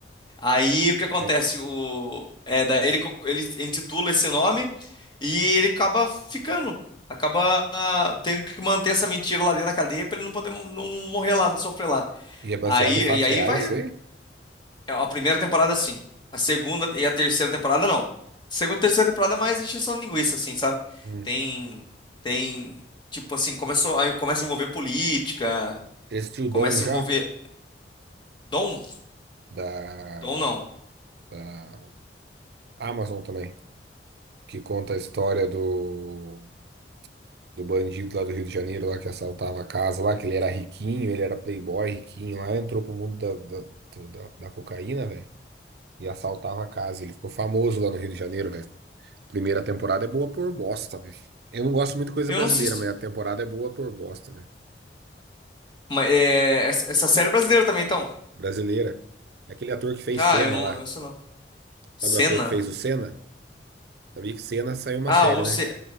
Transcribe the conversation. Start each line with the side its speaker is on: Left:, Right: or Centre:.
Left: Aí o que acontece?
Right: É.
Left: O, é, daí ele, co- ele intitula esse nome e ele acaba ficando. Acaba ah, tendo que manter essa mentira lá dentro da cadeia pra ele não poder mo- não morrer lá, não sofrer lá.
Right: E é baseado
Left: Aí,
Right: em fatos
Left: e aí
Right: reais,
Left: vai.
Right: isso aí?
Left: é, A primeira temporada, sim. A segunda e a terceira temporada, não. Segunda e terceira temporada é mais encheção de linguiça, assim, sabe?
Right: Hum.
Left: Tem. Tem. Tipo assim, começou, aí começa a envolver política,
Right: Existiu o Dom
Left: começa
Right: já?
Left: a envolver. Dom?
Right: Da,
Left: Dom não.
Right: da Amazon também. Que conta a história do, do bandido lá do Rio de Janeiro, lá que assaltava a casa lá, que ele era riquinho, ele era playboy riquinho lá, entrou pro mundo da, da, do- da, da cocaína, velho. e assaltava a casa. Ele ficou famoso lá no Rio de Janeiro, velho. Primeira temporada é boa por bosta, velho. Eu não gosto muito de coisa
Left: Eu
Right: brasileira,
Left: não sei.
Right: mas a temporada é boa por bosta, velho.
Left: Mas é, essa essa série é brasileira também, então.
Right: Brasileira. É aquele ator que fez
Left: Ah,
Right: Senna
Left: eu não,
Right: lá.
Left: eu sei não. Cena?
Right: Sabe o ator que fez o Senna? Sabia que Senna saiu uma
Left: Ah,
Right: série,
Left: ou
Right: né?
Left: se